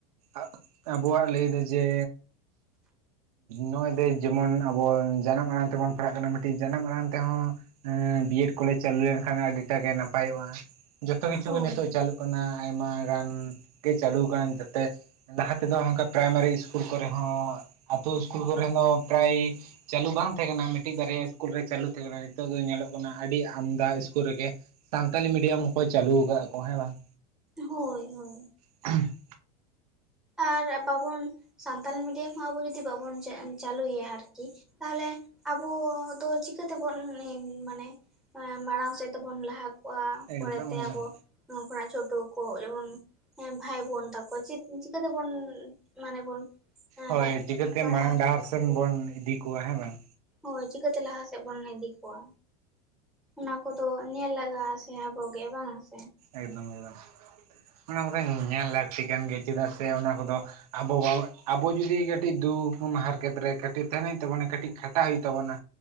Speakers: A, on the right; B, in the centre.
A: ᱟᱜ ᱟᱵᱚᱣᱟᱜ ᱞᱟᱹᱭ ᱫᱚ ᱡᱮ ᱱᱚᱜ ᱚᱭ ᱡᱮᱢᱚᱱ ᱟᱵᱚ ᱡᱟᱱᱟᱢ ᱟᱲᱟᱝ ᱛᱮᱵᱚᱱ ᱯᱟᱲᱦᱟᱜ ᱠᱟᱱᱟ ᱢᱤᱫᱴᱤᱡ ᱡᱟᱱᱟᱢ ᱟᱲᱟᱝ ᱛᱮᱦᱚᱸ ᱮᱸ ᱵᱤᱭᱮᱰ ᱠᱚᱞᱮᱡ ᱪᱟᱹᱞᱩ ᱞᱮᱱᱠᱷᱟᱡ ᱟᱹᱰᱤᱴᱟᱜ ᱜᱮ ᱱᱟᱯᱟᱭᱚᱜ-ᱟ᱾ ᱡᱚᱛᱚ ᱠᱤᱪᱷᱩ
B: ᱦᱳᱭ
A: ᱜᱮ ᱱᱤᱛᱚᱜ ᱪᱟᱹᱞᱩᱜ ᱠᱟᱱᱟ ᱟᱭᱢᱟ ᱜᱟᱱ ᱜᱮ ᱪᱟᱹᱞᱩᱠ ᱠᱟᱱᱟ ᱡᱟᱛᱮᱼᱼ ᱞᱟᱦᱟ ᱛᱮᱫᱚ ᱚᱱᱠᱟ ᱯᱨᱟᱭᱢᱟᱨᱤ ᱥᱠᱩᱞ ᱠᱚᱨᱮ ᱦᱚᱸ ᱟᱛᱳ ᱥᱠᱩᱞ ᱠᱚᱨᱮ ᱦᱚᱸ ᱯᱨᱟᱭᱼᱼ ᱪᱟᱹᱞᱩ ᱵᱟᱝ ᱛᱟᱦᱮᱸ ᱠᱟᱱᱟ ᱢᱤᱫᱴᱤᱡ ᱵᱟᱨᱭᱟ ᱤᱥᱠᱩᱞ ᱨᱮ ᱪᱟᱹᱞᱩ ᱛᱟᱦᱮᱸ ᱠᱟᱱᱟ ᱱᱤᱛᱚᱜ ᱫᱚ ᱧᱮᱞᱚᱜ ᱠᱟᱱᱟ ᱟᱹᱰᱤ ᱟᱢᱫᱟ ᱤᱥᱠᱩᱞ ᱨᱮᱜᱮᱼᱼ ᱥᱟᱱᱛᱟᱞᱤ ᱢᱤᱰᱤᱭᱟᱢ ᱦᱚᱸ ᱠᱚ ᱪᱟᱹᱞᱩ ᱟᱠᱟᱫ ᱠᱚ ᱦᱮᱸ ᱵᱟᱝ?
B: ᱦᱳᱭ ᱦᱳᱭ᱾
A: <unintelligible>
B: ᱟᱨ ᱵᱟᱵᱚᱱ ᱥᱟᱱᱛᱟᱞᱤ ᱢᱤᱰᱤᱭᱟᱢ ᱦᱚᱸ ᱟᱵᱚ ᱡᱩᱫᱤ ᱵᱟᱵᱚᱱ ᱡᱮᱼᱼ ᱪᱟᱹᱞᱩᱭᱟ ᱟᱨᱠᱤ ᱛᱟᱦᱚᱞᱮ ᱟᱵᱚ ᱫᱚ ᱪᱤᱠᱟᱹ ᱛᱮᱵᱚᱱ ᱢᱟᱱᱮ ᱼᱼ ᱢᱟᱲᱟᱝ ᱥᱮᱫ ᱛᱮᱵᱚᱱ ᱞᱟᱦᱟ ᱠᱚᱜᱼᱟ
A: ᱮᱠᱫᱚᱢ
B: ᱯᱚᱨᱮᱛᱮ
A: ᱮᱠᱫᱚᱢ
B: ᱟᱵᱚ <unintelligible> ᱵᱷᱟᱭ ᱵᱳᱱ ᱛᱟᱠᱳ ᱪᱮᱫ? ᱪᱤᱠᱟᱹ ᱛᱮᱵᱚᱱ ᱢᱟᱱᱮ ᱵᱚᱱ ᱮᱸ
A: ᱦᱳᱭ ᱪᱤᱠᱟᱹᱛᱮ
B: ᱯᱟᱲᱦᱟᱣ
A: ᱢᱟᱲᱟᱝ
B: ᱦᱚᱪᱚ
A: ᱰᱟᱦᱟᱨ
B: ᱠᱚᱣᱟ,
A: ᱥᱮᱱ ᱵᱚᱱ ᱤᱫᱤ ᱠᱚᱣᱟ ᱦᱮᱸ ᱵᱟᱝ?
B: ᱦᱳᱭ ᱪᱤᱠᱟᱹᱛᱮ ᱞᱟᱦᱟ ᱥᱮᱫ ᱵᱚᱱ ᱤᱫᱤ ᱠᱚᱣᱟ? ᱚᱱᱟ ᱠᱚᱫᱚ ᱧᱮᱞ ᱞᱟᱜᱟᱜ ᱟ ᱥᱮ ᱟᱵᱚ ᱜᱮ ᱵᱟᱝ ᱥᱮ?
A: ᱮᱠᱫᱚᱢ ᱮᱠᱫᱚᱢ ᱚᱱᱟ ᱠᱚᱫᱚ ᱧᱮᱞ ᱞᱟᱹᱠᱛᱤ ᱠᱟᱱ ᱜᱮᱭᱟ ᱪᱮᱫᱟᱜ ᱥᱮ ᱚᱱᱟ ᱠᱚᱫᱚ ᱟᱵᱚ ᱵᱟᱵᱚ ᱟᱵᱚ ᱡᱩᱫᱤ ᱠᱟᱹᱴᱤᱡ <inaudible> ᱦᱟᱨᱠᱮᱛ ᱨᱮ ᱠᱟᱹᱴᱤᱡ ᱛᱟᱦᱮᱱ ᱦᱩᱭᱩᱜ ᱛᱟᱵᱚᱱᱟ ᱠᱟᱹᱴᱤᱡ ᱠᱷᱟᱴᱟᱜ ᱦᱩᱭᱩᱜ ᱛᱟᱵᱚᱱᱟ᱾